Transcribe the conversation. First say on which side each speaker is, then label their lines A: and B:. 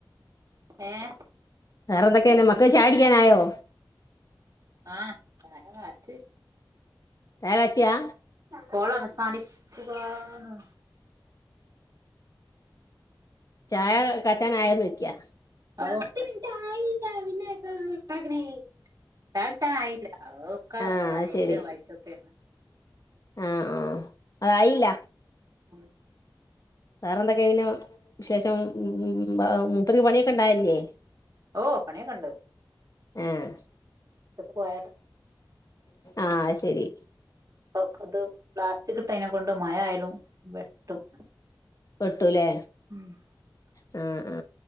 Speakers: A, on the right; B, on the left.
A: ഏഹ്
B: വേറെന്തൊക്കെണ് മക്കൾ ചായ കുടിക്കാനായോ?
A: ആഹ് ചായ കാച്ച്
B: ചായ കാച്ചിയാ
A: കോൾ അവസാനി- ആഹ്
B: ചായ കച്ചാന ആയന്ന് വെക്കാ
A: പത്ത് മിനിറ്റ് ആയില്ല പിന്നെക്കണ കട്ടാക്കിനെ ചായ കുച്ചാൽ ആയില്ല ഒക്കെ
B: ആഹ് അത് ശരി
A: ഇത് വായിച്ചോക്കെയാണ്
B: ആഹ് ആഹ് അതായില്ല
A: ആ
B: വേറെ എന്തൊക്കെ ആയിരുന്നു വിശേഷം ഉ മൂപ്പർക്ക് പണിയൊക്കെ ഉണ്ടായില്ലേ
A: ഓ പണി ഒക്കെ ഉണ്ട്
B: ആഹ്
A: പോയ-
B: ആ ശരി
A: അപ്പ അത് പ്ലാസ്റ്റിക് ഇട്ടതിനെ കൊണ്ട് മഴ ആയാലും വെട്ടും
B: വെട്ടും ഇല്ലേ
A: <inaudible>
B: ആ ആ